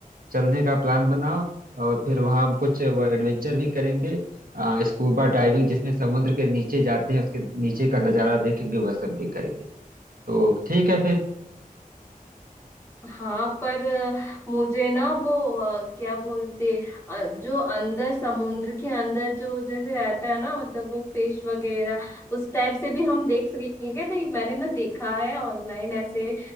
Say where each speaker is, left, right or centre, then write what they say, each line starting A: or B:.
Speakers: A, on the right (about 70°); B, on the left (about 20°).
A: चलने का प्लान बनाओ और फिर वहाँ हम कुछ वो एडवेंचर भी करेंगे आ, स्कूबा डाइविंग जिसमें समुद्र के नीचे जाते हैं उसके नीचे का नज़ारा देखेंगे वह सब भी करेंगे तो ठीक है फिर
B: हाँ पर अ, मुझे ना वो अ, क्या बोलते अ, जो अंदर समुद्र के अंदर जो जैसे रहता है ना मतलब वो फिश वगैरह उस टाइप से भी हम देख सकेंगे क्या? नहीं मैंने ना देखा है ऑनलाइन ऐसे